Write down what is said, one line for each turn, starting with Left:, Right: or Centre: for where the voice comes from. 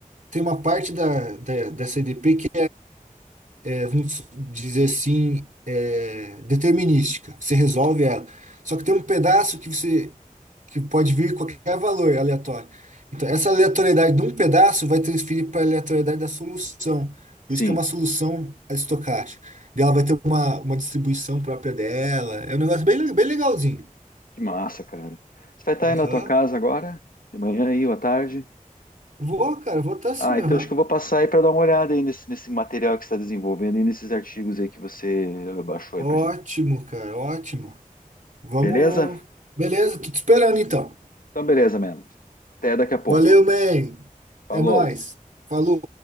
Right: tem uma parte da, da, dessa EDP que é, vamos dizer assim, é, determinística. Você resolve ela. Só que tem um pedaço que você que pode vir qualquer valor aleatório. Então, essa aleatoriedade de um pedaço vai transferir para a aleatoriedade da solução.
Left: Sim,
Right: Por isso que é uma solução estocástica. Daí Ela vai ter uma, uma distribuição própria dela. É um negócio bem, le- bem legalzinho.
Left: que massa, cara. Você vai estar
Right: Aham.
Left: aí na tua casa agora? De manhã aí, ou à tarde?
Right: Vou, cara, vou estar sim,
Left: Ah, então
Right: aham.
Left: acho que eu vou passar aí para dar uma olhada aí nesse, nesse material que você está desenvolvendo e nesses artigos aí que você baixou
Right: Ótimo,
Left: aí pra gente.
Right: cara, ótimo. Vamos.
Left: Beleza?
Right: Beleza, tô te esperando então.
Left: Então, beleza, mano. Até daqui a pouco.
Right: Valeu, man.
Left: Falou.
Right: É nóis. Falou.